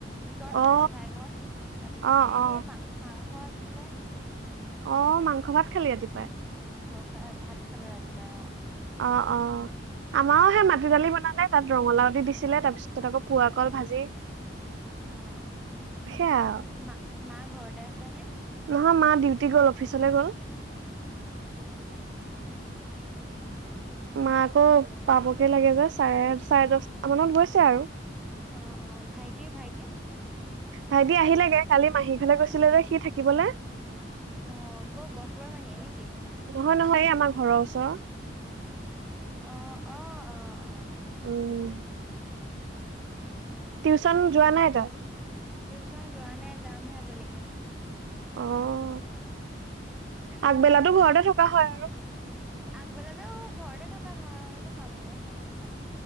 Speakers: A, in the centre; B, on the right (about 70°).
A: ওচৰতে
B: অ
A: মানে জেঠাই ঘৰ তাৰপিছতে
B: অ অ
A: সেই মা মাংস আছিলে
B: অ মাংস ভাত খালি ৰাতিপুৱাই
A: মাংস খ ভাত খালো ৰাতিপুৱাই অ
B: অ অ আমাৰও সে মাটি দালি বনালে তাত ৰঙালাও দি দিছিলে তাৰ পিছত আকৌ পোৱা কল ভাজি
A: অ অ
B: সেয়া আৰু
A: মা মা ঘৰতে আছে নে
B: নহয় মা ডিউটি গ'ল অফিচলে গ'ল
A: অ অ
B: মা আকৌ
A: হেৰি
B: পাবকে লাগে যে চাৰে চাৰে দহটা মানত গৈছে আৰু
A: অ অ ভাইটি ভাইটি
B: ভাইটি আহিলেগে কালি মাহী ঘৰলে গৈছিলে যে সি থাকিবলে
A: অক গ গহপুৰ মাহি নেকি
B: নহয় নহয় এই আমাৰ ঘৰৰ ওচৰৰত
A: অ অ অ অ
B: উম
A: উ
B: টিউচন যোৱা নাই তই
A: টিউচন যোৱা নাই যামহে আবেলিকে
B: অঁ আগবেলাতো ঘৰতে থকা হয় আৰু।
A: আগবেলাতো ঘৰতে থকা হয় কাম বন থাকে যে।